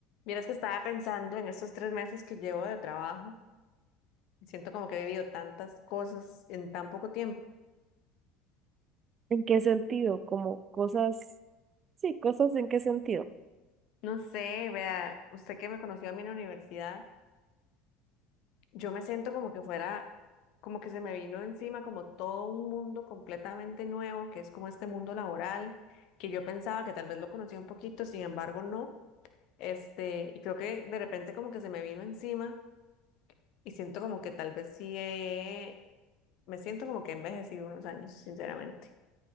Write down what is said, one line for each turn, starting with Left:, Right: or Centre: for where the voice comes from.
Left: Vieras que estaba pensando en estos tres meses que llevo de trabajo. y Siento como que he vivido tantas cosas en tan poco tiempo.
Right: ¿En qué sentido? Como cosas, sí, cosas en qué sentido.
Left: No sé, vea, usted que me conoció a mí en la universidad, yo me siento como que fuera, como que se me vino encima como todo un mundo completamente nuevo, que es como este mundo laboral, que yo pensaba que tal vez lo conocía un poquito, sin embargo no. Este, y creo que de repente como que se me vino encima y siento como que tal vez sí he- me siento como que he envejecido unos años, sinceramente.